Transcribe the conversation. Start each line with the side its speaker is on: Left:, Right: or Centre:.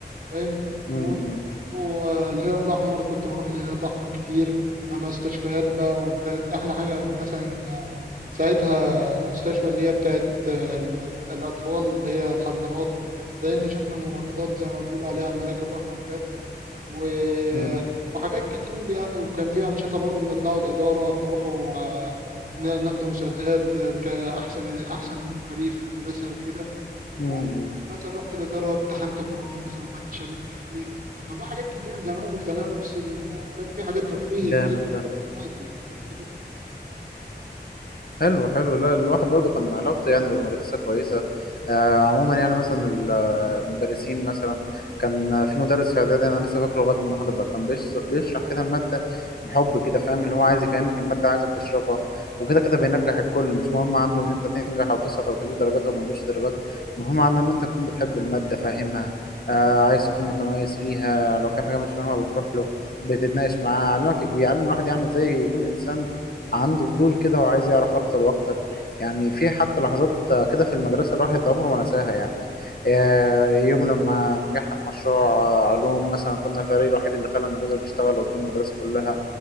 Right: فاهم
Left: م-
Right: وبرضه
Left: م-
Right: آه، الهلال الأحمر كنت بروح الهلال الأحمر كتير مستشفيات بقى وكانت أحلى حاجة مثلا آه، ساعتها مستشفى اللي هي بتاعت آه، ال- ال- الأطفال اللي هي الحضانات لأن شفنا ممرضات زي ما بيقولوا عليها ملاك الرحمة بجد و... آه،
Left: م-
Right: وحاجات كتير يعني وكان في أنشطة برضه بنطلعوا الإدارة نروحوا آه، ن- ناخدوا مسابقات كأحسن أحسن فريق في المدرسة وكده
Left: م-
Right: هو
Left: م.
Right: مثلا رحت الإدارة امتحنت قرآن مثلا وخدت شهادة تقدير كان في حاجات كتير زمان بتخلينا نفصل وكان في حاجات ترفيهي
Left: جامد
Right: كتير
Left: ده
Right: أكتر من دلوقتي في حاجات كتير.
Left: حلو حلو لا الواحد برضو كان علاقته يعني بالمدرسة كويسة آه عموما يعني مثلا ال- آه، المدرسين مثلا كان في مدرس في إعدادي أنا لسه فاكره لغاية النهاردة كان بيش- بيشرح كده المادة بحب كده فاهم اللي هو عايز يفهمك المادة عايزك تشرحها وكده كده بينجح الكل مش مهم عنده إن أنت تنجح أو تسقط أو تجيب درجات أو ما تجيبش درجات المهم عنده إن أنت تكون بتحب المادة فاهمها آه عايز تكون متميز فيها لو في حاجة مش فاهمها بتروح له بتتناقش معاه علمك بيعلم الواحد يعني إزاي يكون إنسان عنده فضول كده وعايز يعرف اكتر واكتر يعني في حتى لحظات كده في المدرسة الواحد عمره ما نساها يعني آه، يوم لما نجحنا في مشروع آه، علوم مثلا كنا الفريق الوحيد اللي خلى النموذج يشتغل قدام المدرسة كلها